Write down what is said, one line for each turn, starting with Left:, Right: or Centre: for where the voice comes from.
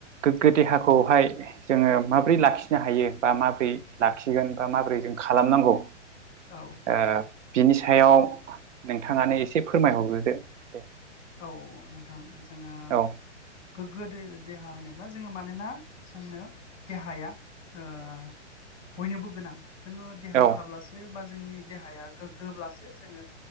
Right: गोग्गो देहाखौहाय जोङो माब्रै लाखिनो हायो बा माबोरै लाखिगोन बा माब्रै जों खालामनांगौ
Centre: औ
Right: ओ बिनि सायाव नोंथाङानो एसे फोरमायहरग्रोदो दे
Centre: औ नोंथां जोङो
Right: औ
Centre: गोग्गो दे देहा होनोब्ला जोङो मानोना जोंनो देहाया बयनोबो गोनां जोङो देहा
Right: औ
Centre: थाब्लासो बा जोंनि देहाया गोग्गोब्लासो जोङो